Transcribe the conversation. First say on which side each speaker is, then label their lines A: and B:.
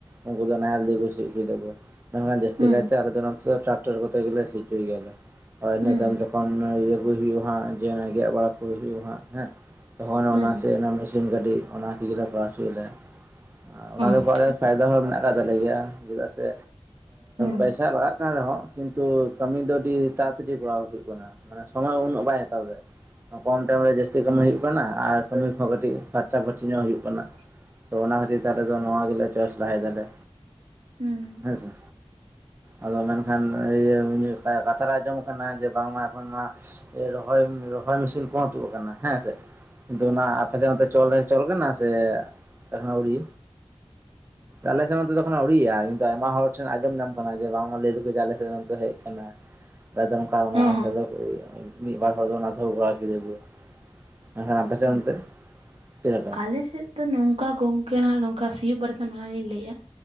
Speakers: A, on the right; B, on the right.
A: ᱩᱱᱠᱩ ᱫᱚ ᱱᱟᱦᱮᱞ ᱛᱮ ᱠᱚ ᱥᱤ ᱦᱚᱪᱚᱭᱮᱫᱟ ᱠᱚ᱾ ᱢᱮᱱᱠᱷᱟᱱ ᱡᱟᱹᱥᱛᱤ
B: ᱦᱩᱸ
A: ᱠᱟᱭᱛᱮ ᱟᱞᱮ ᱫᱚ ᱱᱚᱛᱮ ᱫᱚ ᱴᱨᱟᱠᱴᱟᱨ ᱠᱚᱛᱮ ᱜᱮᱞᱮ ᱥᱤ ᱳᱪᱳᱭ ᱜᱮᱭᱟᱞᱮ᱾ ᱟᱨ ᱤᱱᱟᱹ
B: ᱦᱩᱸ ᱦᱩᱸ
A: ᱛᱟᱭᱚᱢ
B: ᱦᱩᱸ
A: ᱡᱚᱠᱷᱚᱱ ᱤᱭᱟᱹ ᱠᱩ ᱦᱩᱭᱩᱜᱼᱟ ᱦᱟᱜ ᱡᱮ ᱜᱮᱫ ᱵᱟᱲᱟ ᱠᱚ ᱦᱩᱭᱩᱜᱼᱟ ᱦᱟᱜ ᱦᱮᱸ ᱛᱚᱠᱷᱚᱱ ᱚᱱᱟ
B: ᱦᱩᱸ ᱦᱩᱸ
A: ᱥᱮ ᱚᱱᱟ ᱢᱮᱥᱤᱱ ᱜᱟᱹᱰᱤ ᱚᱱᱟ ᱛᱮᱜᱮ ᱞᱮ ᱠᱚᱨᱟᱣ ᱦᱚᱪᱚᱭᱟᱞᱮ᱾ ᱚᱱᱟ ᱫᱚ
B: ᱦᱩᱸ ᱦᱩᱸ ᱦᱩᱸ
A: <unintelligible> ᱨᱮ ᱯᱷᱟᱭᱫᱟ ᱦᱚᱸ ᱢᱮᱱᱟᱜ ᱠᱟᱜ ᱛᱟᱞᱮ ᱜᱮᱭᱟ ᱪᱮᱫᱟᱜ ᱥᱮ
B: ᱦᱚᱸ
A: ᱯᱚᱭᱥᱟ ᱞᱟᱜᱟᱜ ᱠᱟᱱ ᱨᱮᱦᱚᱸ ᱠᱤᱱᱛᱩ ᱠᱟᱹᱢᱤ ᱫᱚ ᱟᱹᱰᱤ ᱛᱟᱲᱟᱛᱟᱲᱤ ᱠᱚᱨᱟᱣ ᱦᱩᱭᱩᱜ ᱠᱟᱱᱟ᱾ ᱢᱟᱱᱮ ᱥᱚᱢᱚᱭ ᱩᱱᱟᱹᱜ ᱵᱟᱭ ᱦᱟᱛᱟᱣ ᱫᱟ᱾ ᱠᱚᱢ ᱴᱟᱭᱤᱢ ᱨᱮ ᱡᱟᱹᱥᱛᱤ ᱠᱟᱹᱢᱤ ᱦᱩᱭᱩᱜ ᱠᱟᱱᱟ᱾ ᱟᱨ ᱠᱟᱹᱢᱤ ᱠᱚᱦᱚᱸ ᱠᱟᱹᱴᱤᱡ ᱯᱷᱟᱨᱪᱟ ᱯᱷᱟᱹᱨᱪᱤ ᱧᱚᱜ ᱦᱩᱭᱩᱜ ᱠᱟᱱᱟ᱾
B: <inaudible>
A: ᱛᱚ ᱚᱱᱟ ᱠᱷᱟᱹᱛᱤᱨ ᱛᱮ ᱟᱞᱮ ᱫᱚ ᱱᱚᱣᱟ ᱜᱮᱞᱮ ᱪᱚᱭᱮᱥ ᱞᱟᱦᱟᱭ ᱫᱟᱞᱮ᱾
B: ᱦᱩᱸ᱾
A: ᱦᱮᱸᱥᱮ᱾ ᱟᱫᱚ ᱢᱮᱱᱠᱷᱟᱱ ᱤᱭᱟᱹ ᱠᱟᱛᱷᱟᱨᱮ ᱟᱸᱡᱚᱢ ᱠᱟᱱᱟ ᱡᱮ ᱵᱟᱝᱢᱟ ᱮᱠᱷᱚᱱ ᱱᱚᱣᱟ ᱨᱚᱦᱚᱭ ᱨᱚᱦᱚᱭ ᱢᱮᱥᱤᱱ ᱠᱚᱦᱚᱸ ᱛᱩᱫ ᱟᱠᱟᱱᱟ ᱦᱮᱸᱥᱮ ᱚᱱᱟ ᱟᱯᱮᱥᱮᱫ ᱪᱚᱞ ᱨᱮ ᱪᱚᱞ ᱠᱟᱱᱟ ᱥᱮ ᱮᱠᱷᱚᱱ ᱟᱣᱨᱤ ᱟᱞᱮ ᱥᱮᱱ ᱚᱱᱛᱮ ᱫᱚ ᱮᱠᱷᱚᱱᱚ ᱟᱣᱨᱲᱤᱭᱟᱜᱼᱟ ᱠᱤᱱᱛᱩ ᱟᱭᱢᱟ ᱦᱚᱲ ᱴᱷᱮᱱ ᱟᱸᱡᱚᱢ ᱧᱟᱢ ᱟᱠᱟᱱᱟ ᱡᱮ ᱵᱟᱝᱢᱟ ᱞᱟᱹᱭ ᱫᱚ ᱟᱞᱮ ᱥᱮᱫ ᱦᱚ ᱦᱮᱡ ᱟᱠᱟᱱᱟ ᱱᱚᱝᱠᱟ ᱚᱱᱟ
B: ᱦᱚᱸ
A: <unintelligible> ᱢᱤᱫ ᱵᱟᱨ ᱦᱚᱲ ᱫᱚ ᱚᱱᱟ ᱛᱮᱦᱚᱸ ᱠᱚᱨᱟᱣ ᱦᱚᱪᱚ ᱠᱚ <unintelligible> ᱟᱯᱮ ᱥᱮᱫ ᱚᱱᱛᱮ ᱞᱮᱠᱟ
B: ᱟᱞᱮᱥᱮᱫ ᱫᱚ ᱱᱚᱝᱠᱟ ᱜᱚᱝᱠᱮ ᱦᱟᱜ ᱱᱚᱝᱠᱟ ᱥᱤᱭᱳᱜ ᱵᱟᱨᱮᱛᱮ ᱢᱟᱲᱟᱝ ᱞᱤᱧ ᱞᱟᱹᱭᱮᱜᱼᱟ